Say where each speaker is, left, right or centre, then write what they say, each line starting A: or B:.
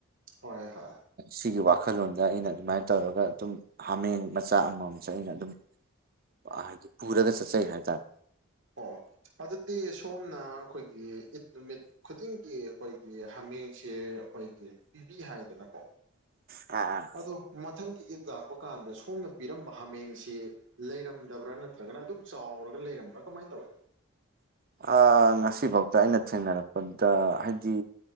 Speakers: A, on the right; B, on the right.
A: ꯍꯣꯏ ꯍꯣꯏ꯫
B: ꯁꯤꯒꯤ ꯋꯥꯈꯜꯂꯣꯟꯗ ꯑꯩꯅ ꯑꯗꯨꯃꯥꯏꯅ ꯇꯧꯔꯒ ꯑꯗꯨꯝ ꯍꯥꯃꯦꯡ ꯃꯆꯥ ꯑꯃꯃꯝꯁꯦ ꯑꯩꯅ ꯑꯗꯨꯝ ꯑ ꯍꯥꯏꯗꯤ ꯄꯨꯔꯒ ꯆꯠꯆꯩ ꯍꯥꯏꯇꯔꯦ꯫
A: ꯑꯣ ꯑꯗꯨꯗꯤ ꯁꯣꯝꯅ ꯑꯈꯣꯏꯒꯤ ꯏꯠ ꯅꯨꯃꯤꯠ ꯈꯨꯗꯤꯡꯒꯤ ꯑꯩꯈꯣꯏꯒꯤ ꯍꯥꯃꯦꯡꯁꯦ ꯑꯩꯈꯣꯏꯒꯤ ꯄꯤꯕꯤ ꯍꯥꯏꯗꯅꯀꯣ꯫
B: ꯑꯥ ꯑꯥ꯫
A: ꯑꯗꯣ ꯃꯊꯪꯒꯤ ꯏꯠ ꯂꯥꯛꯄ ꯀꯥꯟꯗ ꯁꯣꯝꯅ ꯄꯤꯔꯝꯕ ꯍꯥꯃꯦꯡꯁꯤ ꯂꯩꯔꯝꯗꯕ꯭ꯔꯥ ꯅꯠꯇ꯭ꯔꯒꯅ ꯑꯗꯨꯝ ꯆꯥꯎꯔꯒ ꯂꯩꯔꯝꯕ꯭ꯔꯥ ꯀꯃꯥꯏꯅ ꯇꯧꯏ꯫
B: ꯑ ꯉꯁꯤꯕꯥꯎꯗ ꯑꯩꯅ ꯊꯦꯡꯅꯔꯛꯄꯗ ꯍꯥꯏꯗꯤ